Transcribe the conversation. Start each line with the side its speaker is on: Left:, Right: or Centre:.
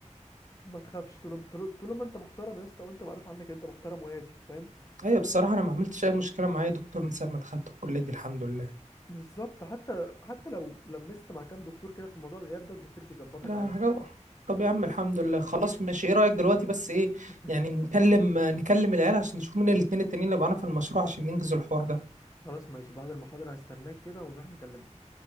Left: ما تخافش طول طول طول ما انت محترم يا اسطى وانت معروف عنك انت محترم وهادي فاهم
Right: أيوة
Left: يعني
Right: بصراحة أنا ما عملتش أي مشكلة معايا دكتور من ساعة ما دخلت الكلية دي الحمد لله
Left: بالظبط حتى حتى لو لمست مع كام دكتور كده في موضوع الغياب ده الدكتور بيظبطك
Right: لا
Left: عادي
Right: حاجة طب يا عم الحمد لله خلاص ماشي ايه رأيك دلوقتي بس ايه
Left: <laughs>
Right: يعني نكلم نكلم العيال عشان نشوف مين الاتنين التانيين اللي معانا في المشروع عشان ننجز الحوار ده
Left: خلاص ماشي بعد المحاضرة هستناك كده ونروح نكلم